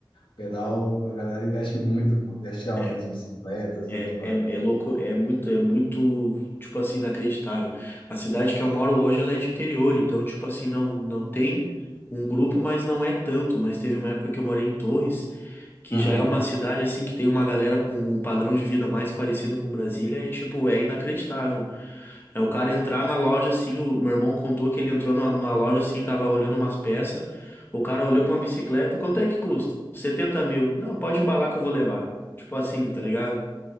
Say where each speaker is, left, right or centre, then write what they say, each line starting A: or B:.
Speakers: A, on the left; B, on the left.
A: Pedal, a galera investe muito, investe alto
B: É,
A: nas bicicletas,
B: É,
A: no equipamento.
B: é, é louco, é muito, é muito, tipo assim, inacreditável. A cidade que eu moro hoje, ela é de interior, então, tipo assim, não, não tem um grupo, mas não é tanto. Mas teve uma época que eu morei em Torres, que
A: Aham.
B: já é uma cidade, assim, que tem uma galera com um padrão de vida mais parecido com Brasília, é tipo, é inacreditável. É o cara entrar na loja, assim, o, o meu irmão contou que ele entrou na, na loja, assim, tava olhando umas peças, o cara olhou pra uma bicicleta, quanto é que custa? setenta mil. Não, pode embalar que eu vou levar. Tipo assim, tá ligado?